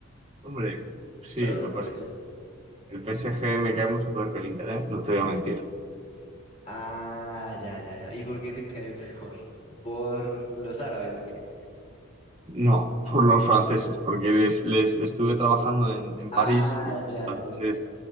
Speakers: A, on the right; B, on the left.
A: Hombre, sí,
B: Solo
A: lo que
B: por
A: pasa
B: eso.
A: El PSG me cae mucho peor que el Inter, ¿eh? No te voy a mentir.
B: Ah, ya, ya, ya. ¿Y por qué te cae peor? <laughs> ¿Por los árabes o qué?
A: No, por los franceses, porque les, les estuve trabajando en, en
B: Ah,
A: París y
B: ya.
A: entonces,